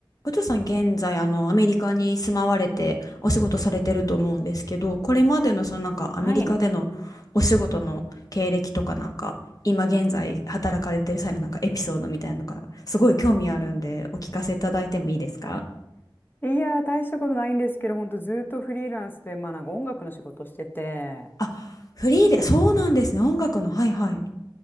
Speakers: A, on the left (about 40°); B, on the left (about 25°).
A: お嬢さん、現在、あの、アメリカに住まわれてお仕事されてると思うんですけど、これまでのそのなんかアメリカでのお仕事の経歴とかなんか、
B: はい。
A: 今現在働かれてる際のなんかエピソードみたいなのが、すごい興味あるんで、お聞かせいただいてもいいですか
B: いやー、大したことないんですけど、本当ずっとフリーランスで、まあなんか音楽の仕事してて、
A: あ、フリーで、そうなんですね。音楽の、はいはい。